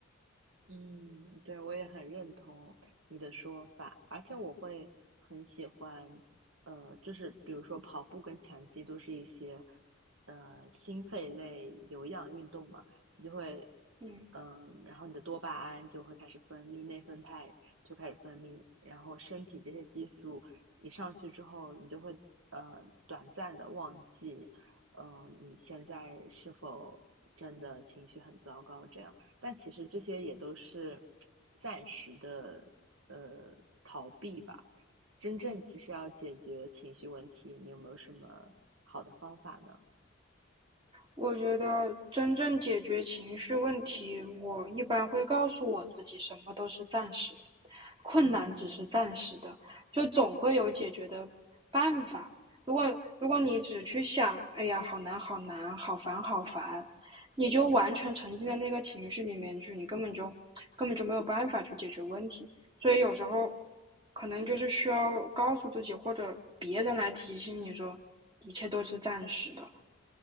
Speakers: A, on the right; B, on the right.
A: 嗯，对，我也很认同你的说法，而且我会很喜欢，呃，就是比如说跑步跟拳击都是一些，呃，心肺类有氧运动嘛，你就会，
B: 嗯。
A: 嗯、然后你的多巴胺就会开始分泌，内啡肽就开始分泌，然后身体这些激素一上去之后，你就会，呃，短暂的忘记，嗯、你现在是否真的情绪很糟糕这样。但其实这些也都是暂时的呃逃避吧。真正其实要解决情绪问题，你有没有什么好的方法呢？
B: 我觉得真正解决情绪问题，我一般会告诉我自己，什么都是暂时的，困难只是暂时的，
A: 嗯，
B: 就总会有解决的办法。如果如果你只去想，哎呀，好难，好难，好烦，好烦，你就完全沉浸在那个情绪里面去，你根本就根本就没有办法去解决问题。所以有时候可能就是需要告诉自己，或者别人来提醒你说，一切都是暂时的。